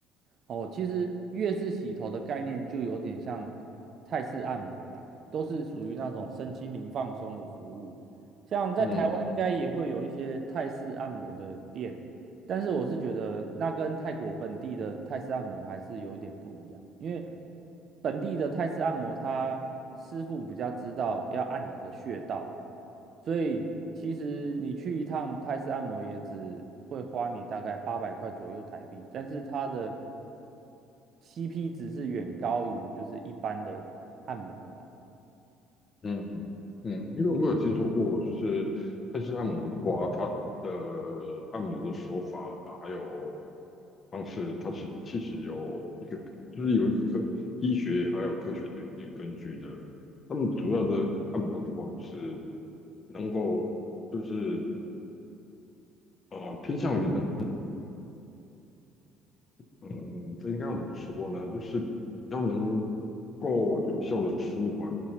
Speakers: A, on the right (about 50°); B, on the left (about 35°).
A: 哦，其实越是洗头的概念就有点像泰式按摩啦，都是属于那种身心灵放松的服务。像在台湾应该也会有一些泰式按摩的店，
B: 嗯
A: 但是我是觉得那跟泰国本地的泰式按摩还是有点不一样，因为本地的泰式按摩，他师傅比较知道要按哪个穴道，所以其实你去一趟泰式按摩也只会花你大概八百块左右台币，但是它的 CP 值是远高于就是一般的按摩啦。
B: 嗯嗯，因为我有听说过，就是泰式按摩的话，它的按摩的手法还有方式，它是其实有一个，就是有一个科医学还有科学的一个根据的。他们主要的按摩的话，就是能够就是呃偏向于能嗯，这应该要怎么说呢？就是要能够有效的舒缓